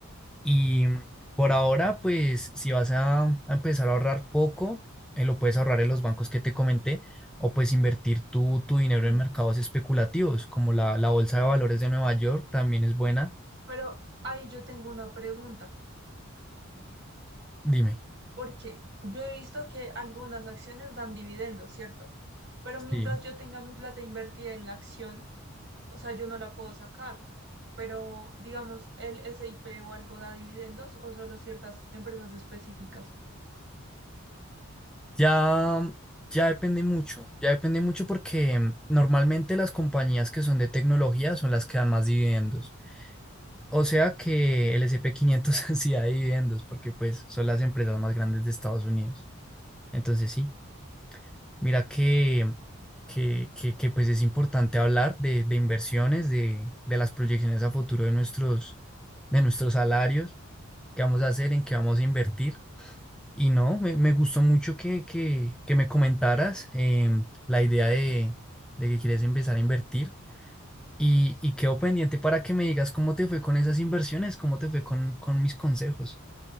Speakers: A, in the centre; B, on the right (about 50°).
A: y mm, por ahora, pues si vas a, a empezar a ahorrar poco, eh, lo puedes ahorrar en los bancos que te comenté o pues invertir tu, tu dinero
B: Sí.
A: en mercados especulativos, como la, la bolsa de valores de Nueva York también es buena.
B: Pero ahí yo tengo una pregunta,
A: Dime.
B: porque yo he visto que algunas acciones dan dividendos, ¿cierto? Pero mientras
A: Sí.
B: yo tenga mi plata invertida en la acción, o sea, yo no la puedo sacar. Pero digamos, el S I P o algo da dividendos o solo ciertas empresas específicas.
A: Ya, ya depende mucho, ya depende mucho porque mm, normalmente las compañías que son de tecnología son las que dan más dividendos. O sea que el S&P 500 <laughs> sí da dividendos porque pues son las empresas más grandes de Estados Unidos. Entonces sí, mira que, que, que, que, pues es importante hablar de, de inversiones, de, de las proyecciones a futuro de nuestros, de nuestros salarios, qué vamos a hacer, en qué vamos a invertir. Y no, me, me gustó mucho que, que, que me comentaras em, la idea de, de que quieres empezar a invertir y, y quedo pendiente para que me digas cómo te fue con esas inversiones, cómo te fue con, con mis consejos.